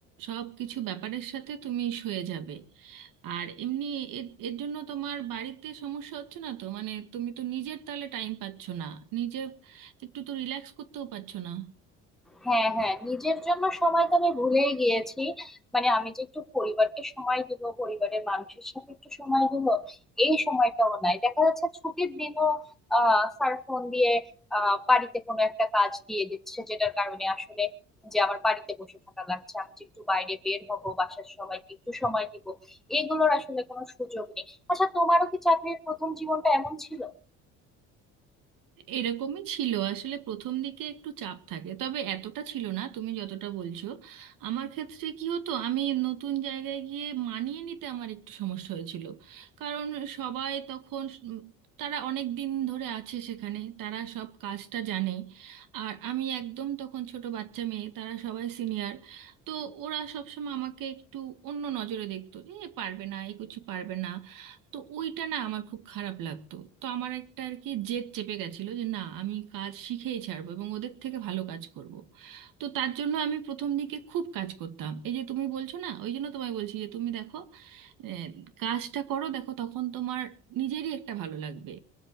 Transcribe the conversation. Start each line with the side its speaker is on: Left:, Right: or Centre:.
Right: সব কিছু ব্যাপারের সাথে তুমি সয়ে যাবে আর এমনি এর এর জন্য তোমার বাড়িতে সমস্যা হচ্ছে না তো মানে তুমি তো নিজের তাহলে টাইম পাচ্ছ না নিজে একটু তো রিল্যাক্স করতেও পারছো না
Centre: হ্যাঁ হ্যাঁ নিজের জন্য সময় তো আমি ভুলেই গিয়েছি মানে আমি যে একটু পরিবারকে সময় দিব পরিবারের মানুষের সাথে একটু সময় দিব এই সময়টাও নাই দেখা যাচ্ছে ছুটির দিনও আহ স্যার ফোন দিয়ে আহ বাড়িতে কোনো একটা কাজ দিয়ে দিচ্ছে যেটার কারণে আসলে যে আমার বাড়িতে বসে থাকা লাগছে আমি যে একটু বাইরে বের হব বাসার সবাইকে একটু সময় দিব এগুলোর আসলে কোনো সুযোগ নেই আচ্ছা তোমারও কি চাকরির প্রথম জীবনটা এমন ছিল
Right: এরকমই ছিল আসলে প্রথম দিকে একটু চাপ থাকে তবে এতটা ছিল না তুমি যতটা বলছো আমার ক্ষেত্রে কি হতো আমি নতুন জায়গায় গিয়ে মানিয়ে নিতে আমার একটু সমস্যা হয়েছিল কারণ সবাই তখন উম, তারা অনেক দিন ধরে আছে সেখানে তারা সব কাজটা জানে আর আমি একদম তখন ছোট বাচ্চা মেয়ে তারা সবাই সিনিয়র তো ওরা সবসময় আমাকে একটু অন্য নজরে দেখতো এ পারবে না এ কিছু পারবে না তো ওইটা না আমার খুব খারাপ লাগতো তো আমার একটা আর কি জেদ চেপে গেছিল যে না আমি কাজ শিখেই ছাড়বো এবং ওদের থেকে ভালো কাজ করব। তো তার জন্য আমি প্রথম দিকে খুব কাজ করতাম এই যে তুমি বলছো না ওই জন্য তোমায় বলছি যে তুমি দেখো আহ, কাজটা করো দেখো তখন তোমার নিজেরই একটা ভালো লাগবে